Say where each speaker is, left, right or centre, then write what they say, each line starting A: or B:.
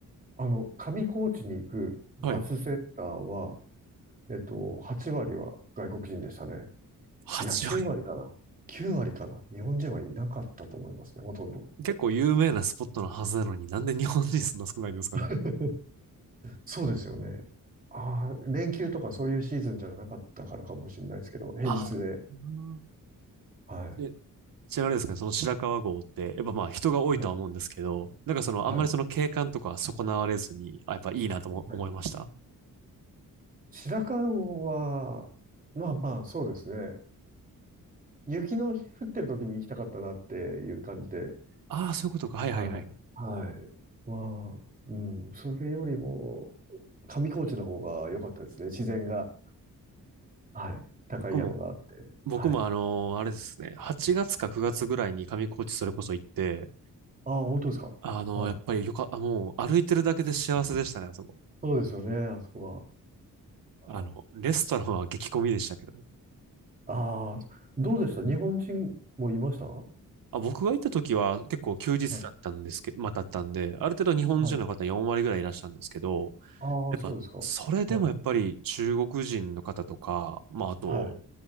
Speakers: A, on the right; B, on the right.
A: あの、上高地に行くバスセンターは、
B: はい。
A: えっと、8割は外国人でしたね。
B: 8割。
A: いや、9割かな。9割かな。日本人はいなかったと思いますね、ほとんど。
B: 結構有名なスポットのはずなのになんで日本人そんな少ないんですかね。
A: <laughs> そうですよね。ああ、連休とかそういうシーズンじゃなかったからかもしれないですけど、平日で。
B: ああ、うん
A: はい。
B: えちなみにあれですかね、その白川郷って、やっぱまあ人が多いとは思うんですけど、
A: はい。
B: なんかそのあんまりその景観とかは損なわれずに、
A: はい。
B: あ、やっぱいいなとも思いました。
A: はい白川郷は、まあまあ、そうですね。雪の降ってる時に行きたかったなっていう感じで。
B: ああ、そういうことか。はいはいはい。
A: はい。はい。まあ、うん。それよりも、上高地の方が良かったですね。自然が。はい。高い山があって。
B: 僕も、僕もあのあれですね、
A: はい。
B: 8月か9月ぐらいに上高地それこそ行って、
A: ああ、本当ですか。
B: あのやっぱりよか、
A: はい。
B: あもう歩いてるだけで幸せでしたね、あそこ。
A: そうですよね、あそこは。
B: あの、
A: はい
B: レストランは激混みでしたけど。
A: ああ、どうでした日本人もいましたは
B: あ、僕が行った時は結構休日だったんですけど、
A: い。
B: まあ、だったんで、ある程度日本人の方4割ぐらいいらっしゃるんですけど、
A: はい。ああ、
B: やっぱ、
A: そうですか。
B: それでもやっぱり中国人の方とか、
A: はい。
B: まあ、あと、
A: はい。